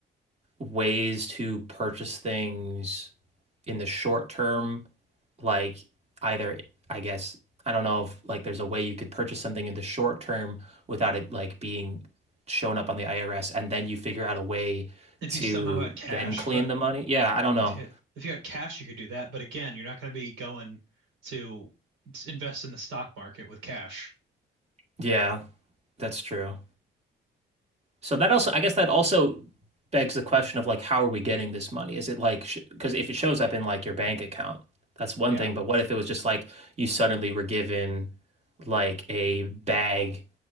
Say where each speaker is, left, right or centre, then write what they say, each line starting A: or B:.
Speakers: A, on the right; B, on the right.
A: ways to purchase things in the short term, like either I guess I don't know if like there's a way you could purchase something in the short term without it like being shown up on the IRS and then you figure out a way
B: if
A: to
B: you somehow had cash,
A: then clean
B: but
A: the money. Yeah, I don't know.
B: if you had, if you had cash, you could do that. But again, you're not going to be going to s- invest in the stock market with cash.
A: Yeah, that's true. So that also, I guess that also begs the question of like, how are we getting this money? Is it like, because if it shows up in like your bank account, that's one
B: Yeah,
A: thing. But what if it was just like you suddenly were given like a bag,